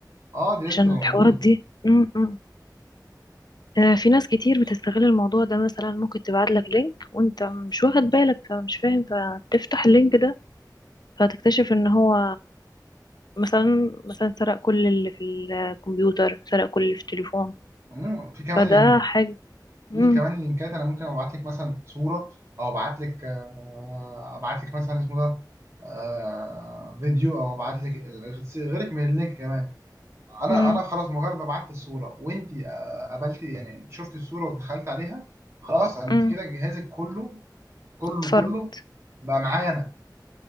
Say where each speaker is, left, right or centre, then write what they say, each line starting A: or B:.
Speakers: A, on the right; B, on the left.
A: اه دي لازم
B: عشان
A: تبقى
B: الحوارات
A: موجوده
B: دي امم أمم. آه، في ناس كتير بتستغل الموضوع ده مثلا ممكن تبعت لك لينك وانت مش واخد بالك فمش فاهم فتفتح اللينك ده فتكتشف ان هو مثلا مثلا سرق كل اللي في الكمبيوتر سرق كل اللي في التليفون
A: مم، في كمان
B: فده
A: لينك
B: حاجة امم
A: في كمان لينكات انا ممكن ابعت لك مثلا صوره او ابعت لك آه، ابعت لك مثلا اسمه ده آه، فيديو او ابعت لك غيرك من اللينك كمان انا
B: امم
A: انا خلاص مجرد ما بعت الصوره وانت قبلتي يعني شفت الصوره ودخلت عليها خلاص انت
B: امم
A: كده جهازك كله كله
B: اتفرمت
A: كله بقى معايا انا